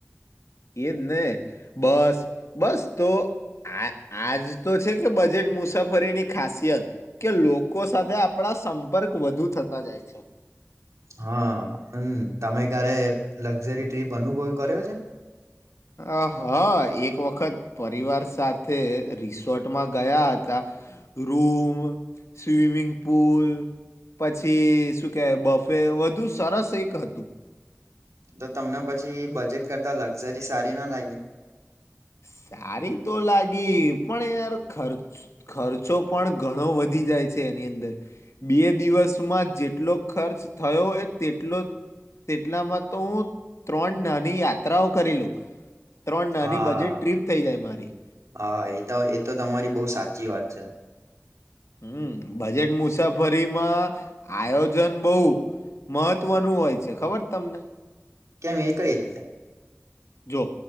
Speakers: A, on the left (about 70°); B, on the right (about 80°).
A: એ જ ને બસ બસ તો આ આજ તો છે કે બજેટ મુસાફરીની ખાસિયત કે લોકો સાથે આપ આપણા સંપર્ક વધુ થતા જાય છે.
B: હા પણ તમે ક્યારે લક્ઝરી ટ્રીપ અનુભવ કર્યો છે.
A: અ હ એક વખત પરિવાર સાથે રિસ્ શોર્ટમાં ગયા હતા ત રૂમ, સ્વિમિંગ પુલ, પછી શું કે બફે વધુ સરસ એક હતું.
B: તો તમને પછી બજેટ કરતા લક્ઝરી સારી ના લાગી
A: સારી તો લાગી પણ યાર ખર્ચ ખર્ચ ખર્ચો પણ ઘણો વધી જાય છે એની અંદર બે દિવસમાં જેટલો ખર્ચ થયો હોય તેટલો તેટલામાં તો હું ત્રણ નાની યાત્રાઓ કરી લઉ ત્રણ નાની
B: હા
A: બચ જે ટ્રીપ થઈ જાય મારી.
B: હા એ તો એ તો તમારી બહુ સાચી વાત છે.
A: હમ બજેટ મુસાફરીમાં આયોજન બહુ મહત્વનું હોય છે ખબર તમને
B: કેમ એ કઈ રીતે
A: જો